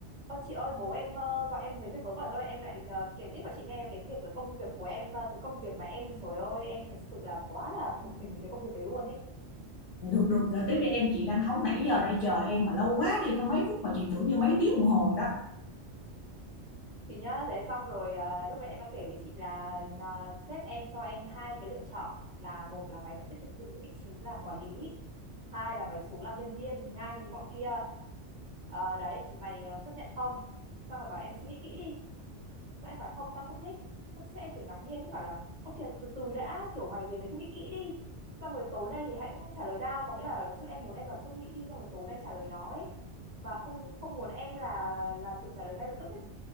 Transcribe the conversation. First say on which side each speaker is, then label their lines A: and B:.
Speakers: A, on the right; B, on the left.
A: Ờ, chị ơi bố em ờ, gọi em đến việc vớ vẩn thôi em lại ờ, kể tiếp cho chị nghe về cái việc cái công việc của em ờ, cái công việc mà em trời ơi em thật sự là quá là bực mình với cái công việc đấy luôn ấy
B: Được, được, gửi tiếp đi em, chị đang hóng nãy giờ đây chờ em mà lâu quá đi, có mấy phút mà chị tưởng như mấy tiếng đồng hồ rồi đó.
A: chị nhá đấy xong rồi ờ, lúc đấy em đang kể với chị là ờ, sếp em cho em hai cái lựa chọn là một là mày vẫn tiếp tục giữ cái vị trí làm quản lý hai là mày xuống làm nhân viên ngang như cái bọn kia Ờ, đấy thì mày ờ, chấp nhận không xong rồi bảo em suy nghĩ kỹ đi Sao em bảo không tao không thích Xong sao em kiểu ngạc nhiên ấy bảo là Ok từ từ đã kiểu mày về mày cứ nghĩ kỹ đi Xong rồi tối nay thì hãy trả lời tao Có nghĩa là sếp em muốn em là cứ nghĩ đi Xong rồi tối nay trả lời nó ấy Và không không muốn em là là kiểu trả lời ngay lập tức ấy